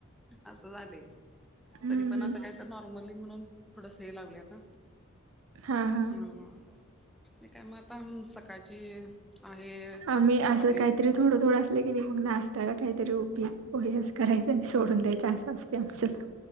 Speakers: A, in the centre; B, on the right.
A: असं झालंय
B: हम्म
A: तरी पण
B: हम्म
A: आता काय तर नॉर्मली म्हणून थोडस हे लावलय आता
B: हा हा
A: हम्म ते काय म आता सकाळची आहे
B: आम्ही
A: चपाती
B: असं काहीतरी थोडं थोडं असलं की नाही मग नाश्ता काहीतरी उपीट हो यस करायचं आणि सोडून द्यायचं असं असते आमचं